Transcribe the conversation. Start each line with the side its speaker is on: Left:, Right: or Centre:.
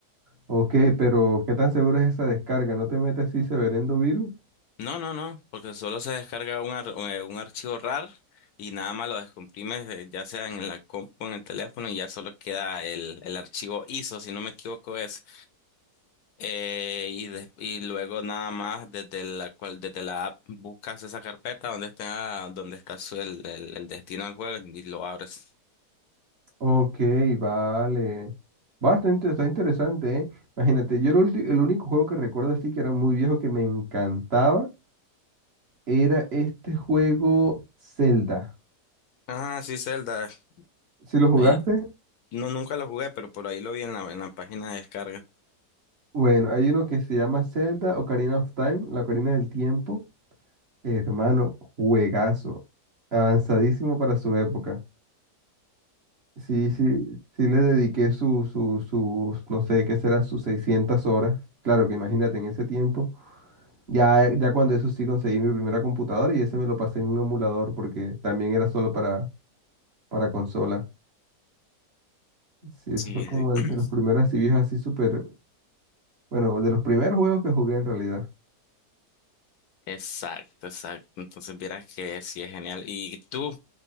Right: Ok, pero ¿qué tan segura es esa descarga? ¿No te metes así severendo virus?
Left: No, no, no, porque solo se descarga un, ar- eh, un archivo RAR y nada más lo descomprimes, eh, ya sea en la compu, en el teléfono, y ya solo queda el, el archivo ISO, si no me equivoco es. Eh, y, des- y luego nada más desde la cual desde la app buscas esa carpeta donde está donde está su- el, el, el destino del juego y lo abres.
Right: Ok, vale. Bastante, está inte- está interesante, ¿eh? Imagínate, yo el, ulti- el único juego que recuerdo así que era muy viejo que me encantaba era este juego Zelda.
Left: Ajá, sí, Zelda.
Right: Si lo jugaste?
Left: Ahí no nunca lo jugué, pero por ahí lo vi en la, en la página de descarga.
Right: Bueno, hay uno que se llama Zelda Ocarina of Time, la Ocarina del Tiempo. Hermano, juegazo. Avanzadísimo para su época. Sí, sí, sí le dediqué sus, sus, sus, no sé qué serán, sus 600 horas. Claro que imagínate, en ese tiempo. Ya, ya cuando eso sí conseguí mi primera computadora y ese me lo pasé en un emulador porque también era solo para, para consola. Sí, ese
Left: Sí,
Right: fue como
Left: sí.
Right: de,
Left: <clears throat>
Right: de los primeros así viejos, así súper, bueno, de los primeros juegos que jugué en realidad.
Left: Exacto, exacto. Entonces vieras que sí es genial. ¿Y tú